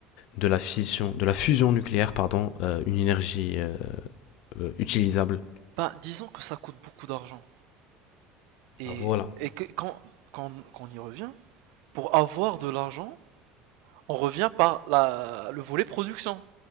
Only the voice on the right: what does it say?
ben, disons que ça coûte beaucoup d'argent. Et,
et que, quand, quand, quand on y revient, pour avoir de l'argent, on revient par la, le volet production.